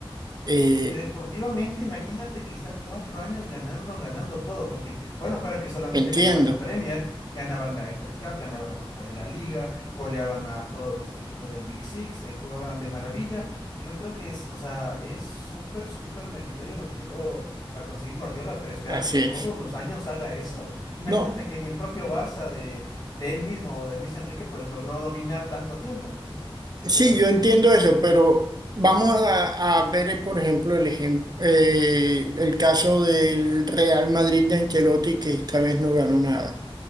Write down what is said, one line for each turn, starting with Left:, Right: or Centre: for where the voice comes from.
Right: Eh,
Left: Es que deportivamente, imagínate que estar cuatro años ganando, ganando todo, porque, bueno, para que solamente
Right: entiendo,
Left: ganaban la Premier, ganaban la FA Cup, ganaban la Copa de la Liga, goleaban a todos los equipos del Big Six, eh, jugaban de maravilla. Yo creo que es, o sea, es súper, súper meritorio lo que llegó a conseguir Guardiola, pero esperar
Right: así
Left: que todos
Right: es.
Left: los años haga eso. Imagínate
Right: No,
Left: que ni el propio Barça de, de él mismo o de Luis Enrique, pues logró dominar tanto tiempo, pues,
Right: sí,
Left: creo yo.
Right: yo entiendo eso, pero vamos a, a ver, por ejemplo, el ejem- eh, el caso del Real Madrid de Ancelotti, que esta vez no ganó nada.